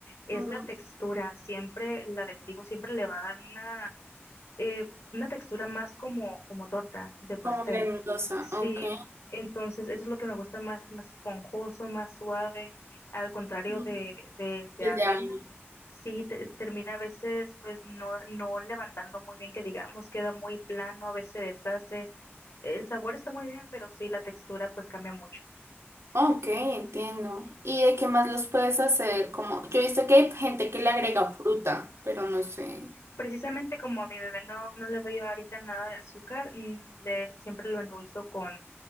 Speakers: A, on the left; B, on the right.
A: es
B: ujú.
A: la textura. Siempre la de trigo siempre le va a dar eh, una textura más como, como torta de pastel.
B: Como granulosa,
A: Sí,
B: ok.
A: entonces eso es lo que me gusta más, es más esponjoso, más suave, al contrario
B: Mm,
A: de, de, de
B: Del
A: avena.
B: de vaina.
A: Sí, te- termina a veces pues no, no levantando muy bien, que digamos, queda muy plano, a veces se deshace. El sabor está muy bien, pero sí, la textura pues cambia mucho.
B: Ok, entiendo. ¿Y de qué más los puedes hacer? Como, yo he visto que hay gente que le agrega fruta, pero no sé.
A: Precisamente como a mi bebé no, no le doy ahorita nada de azúcar, mm, le, siempre lo endulzo con,